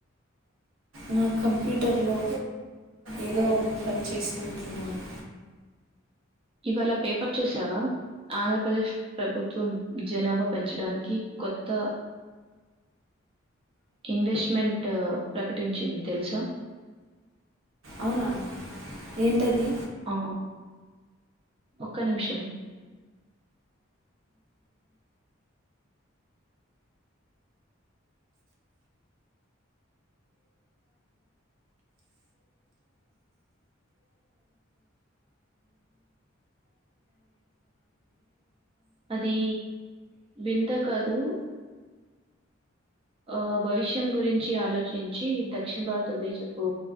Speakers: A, on the right; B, on the right.
A: నా కంప్యూటర్లో ఏదో పని చేసుకుంటున్నాను.
B: ఇవాళ పేపర్ చూసావా ఆంధ్రప్రదేశ్ ప్రభుత్వం జనాభా పెంచడానికి కొత్త ఇన్వెస్ట్మెంట్ ప్రకటించింది తెలుసా
A: అవునా ఏంటది
B: ఆ ఒక్క నిమిషము అది వింత కాదు ఆ భవిష్యం గురించి ఆలోచించి దక్షిణ భారతదేశపు